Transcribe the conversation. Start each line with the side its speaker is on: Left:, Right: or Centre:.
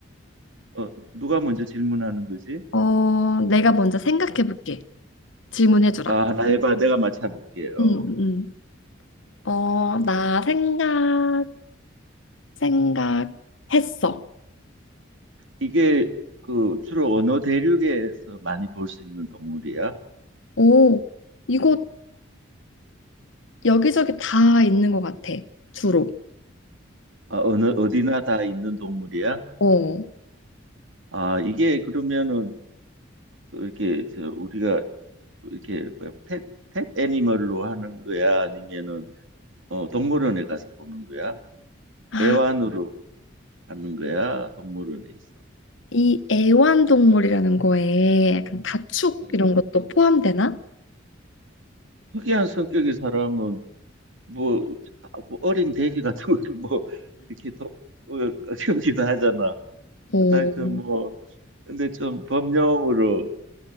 Right: 어, 누가 먼저 질문하는 거지?
Left: 어, 내가 먼저 생각해볼게. 질문해주라.
Right: 아, 하나 해봐. 내가 맞춰볼게. 어,
Left: 응, 응. 어, 나 생각, 생각했어.
Right: 이게 그 주로 어느 대륙에서 많이 볼 수 있는 동물이야?
Left: 오, 이곳 여기저기 다 있는 것 같아, 주로.
Right: 아, 어느 어디나 다 있는 동물이야?
Left: 어.
Right: 아, 이게 그러면은 그 이렇게 저 우리가 이렇게 뭐야, 펫, 펫 애니멀로 하는 거야? 아니면은 어, 동물원에 가서 보는 거야?
Left: 아,
Right: 애완으로 하는 거야? 동물원에 있어.
Left: 이 애완동물이라는 거에 약간 가축
Right: 음.
Left: 이런 것도 포함되나?
Right: 특이한 성격의 사람은 뭐, 아, 뭐 어린 돼지 같은 거 <laughs> 뭐 이렇게 도, 어, 키우기도 하잖아.
Left: 어,
Right: 근데 하여튼 뭐 근데 좀 범용으로